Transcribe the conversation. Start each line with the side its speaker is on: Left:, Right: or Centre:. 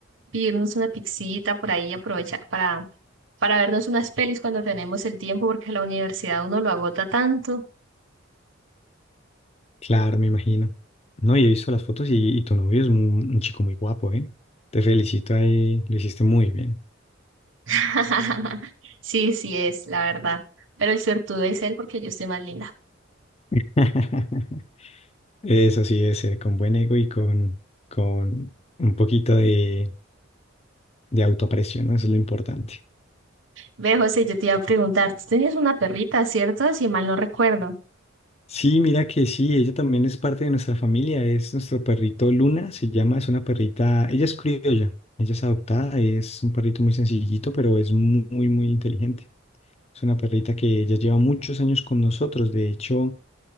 Right: pedirnos una pixita por ahí, aprovechar para, para vernos unas pelis cuando tenemos el tiempo, porque la universidad uno lo agota tanto.
Left: Claro, me imagino. No, y he visto las fotos y, y tu novio es un, un chico muy guapo, ¿eh? Te felicito ahí, lo hiciste muy bien.
Right: <laughs> Sí, sí es, la verdad. Pero el suertudo es él porque yo estoy más linda.
Left: <laughs> Eso sí debe ser, con buen ego y con, con un poquito de, de autoaprecio, ¿no? Eso es lo importante.
Right: Ve, José, yo te iba a preguntar, tú tenías una perrita, ¿cierto? Si mal no recuerdo.
Left: Sí, mira que sí, ella también es parte de nuestra familia, es nuestro perrito Luna, se llama, es una perrita, ella es criolla, ella es adoptada, es un perrito muy sencillito, pero es mu- muy, muy inteligente. Es una perrita que ya lleva muchos años con nosotros, de hecho,